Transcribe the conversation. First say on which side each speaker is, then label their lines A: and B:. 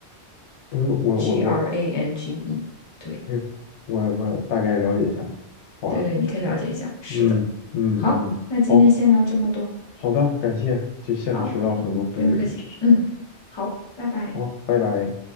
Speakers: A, on the left; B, on the left.
A: 哎呦，我我我，
B: G R A N G E，对。
A: 哎呦，我我大概了解一下，好啊，
B: 对对，你可以了解一下。是的，
A: 嗯嗯嗯，
B: 好，那今天先聊这么多。
A: 好，好的，感谢，就向你学到很多很酒的知识。
B: 好，嗯，不用客气，嗯，好，拜拜。
A: 好，拜拜。